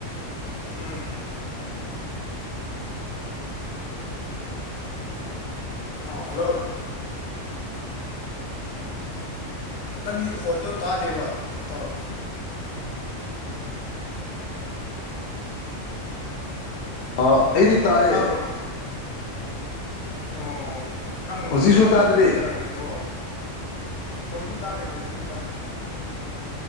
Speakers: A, on the left; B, on the left.
A: ꯎꯝ ꯑ ꯍꯜꯂꯣ ꯅꯪꯒꯤ ꯈꯣꯟꯗꯣ ꯇꯥꯗꯦꯕ ꯇꯥꯎ
B: ꯑ ꯑꯩꯗꯤ ꯇꯥꯏꯌꯦ
A: ꯇꯥꯕ꯭ꯔꯣ ꯑꯣ ꯅꯪ ꯅꯈꯣꯟꯗꯣ
B: ꯍꯧꯖꯤꯛꯁꯨ ꯇꯥꯗ꯭ꯔꯤ
A: ꯃꯔꯛ ꯃꯔꯛꯇ ꯀꯩꯅꯣ ꯍꯧꯖꯤꯛ ꯇꯥꯔꯦ ꯍꯧꯖꯤꯛꯇꯤ ꯇꯥꯔꯦ